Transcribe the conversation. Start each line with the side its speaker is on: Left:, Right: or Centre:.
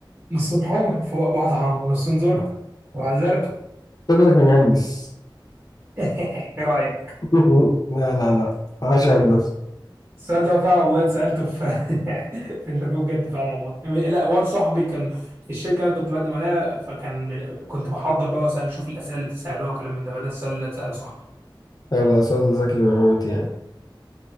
Right: نصهم حمر فوق بعض حمر ونصهم زرق وبعد زرق
Left: شكلك مهندس
Right: <laughs> إيه رأيك؟
Left: <laughs> لا لا لا عاش يا هندسة
Right: السؤال ده فعلا والله اتسألته في <laughs> في انترفيو بجد فعلا والله لا واد صاحبي كان في الشركه اللي انا كنت بقدم عليها فكان من- كنت بحضر بقى واسال اشوف الاسئله اللي بتسالوها وكلام من ده فده السؤال اللي اتساله صاحبي
Left: لا لا سؤال ذكي موت يعني